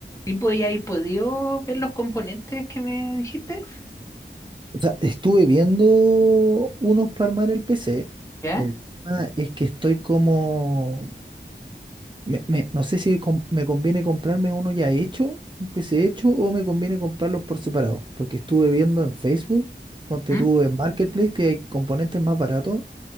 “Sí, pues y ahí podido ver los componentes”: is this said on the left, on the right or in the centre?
Left